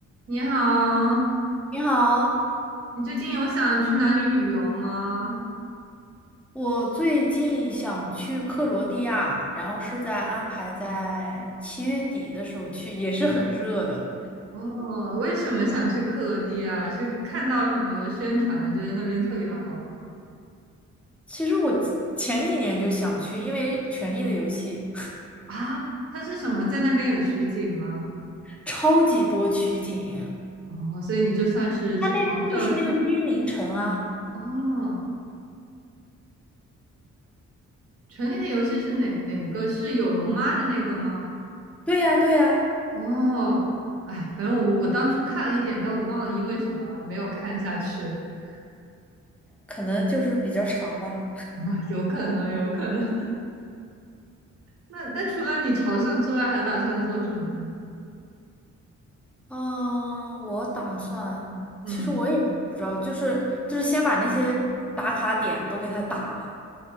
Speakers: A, on the right; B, in the centre.
A: 你好，
B: 你好，
A: 你最近有想去哪里旅游吗？
B: 我最近想去克罗地亚，然后是在安排在七月底的时候去，也是很热的。
A: 哦，为什么想去克罗地亚？是看到什么宣传，觉得那边特别好吗？
B: 其实我前前几年就想去，因为《权力的游戏》
A: 啊，它是什么？在那边有取景吗？
B: <laughs> 超级多取景，
A: 哦，所以你这算是去朝圣。
B: 它那边就是那个君临城啊。
A: <laughs> 哦，《权力的游戏》是哪哪个？是有龙妈的那个吗？
B: 对呀，对呀，
A: 哦，哎，反正我我当初看了一点，但我忘了因为什么没有看下去。<laughs>
B: 可能就是比较长吧。
A: 啊，有可能，有可能。那那除了你朝圣之外，还打算做什么呢？
B: 嗯，我打算，
A: 嗯，
B: 其实我也不知道，就是就是先把那些打卡点都给它打了，